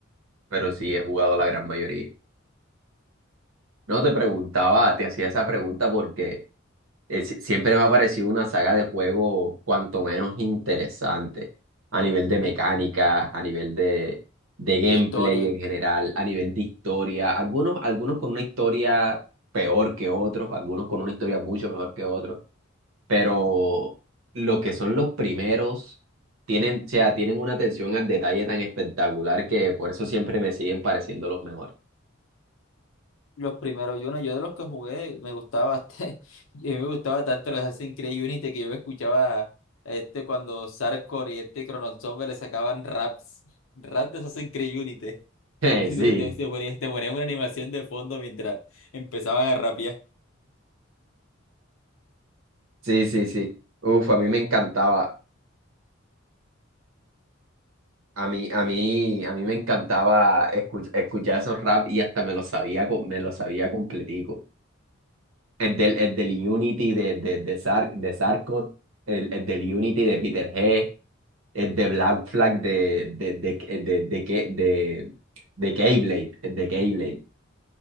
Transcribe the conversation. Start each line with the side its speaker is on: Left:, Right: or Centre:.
Right: pero sí he jugado la gran mayoría. No te preguntaba, te hacía esa pregunta porque eh, si- siempre me ha parecido una saga de juego cuanto menos interesante a nivel de mecánica, a nivel de, de gameplay
Left: de historia.
Right: en general, a nivel de historia. Algunos, algunos con una historia peor que otros, algunos con una historia mucho mejor que otros, pero lo que son los primeros tienen, o sea, tienen una atención al detalle tan espectacular que por eso siempre me siguen pareciendo los mejores.
Left: Los primeros Uno, yo de los que jugué me gustaba bastante, <laughs> y a mí me gustaba tanto los Assassin's Creed Unity que yo me escuchaba este cuando Sarkor y este Chrono Trigger le sacaban raps, raps de Assassin's Creed Unity
Right: <laughs>
Left: <laughs> y
Right: Sí,
Left: te, te- te ponía- te ponían una animación de fondo mientras empezaban a rapear.
Right: sí, sí, sí. Uf, a mí me encantaba. A mí, a mí, a mí me encantaba escuch- escuchar esos rap y hasta me los sabía, co- me los sabía completico. El del, el del Unity de, de, de, Sar, de Sarkor, el, el del Unity de Peter G, el de Black Flag de, de, de, de, de, de, Ke- de, de Keyblade, el de Keyblade.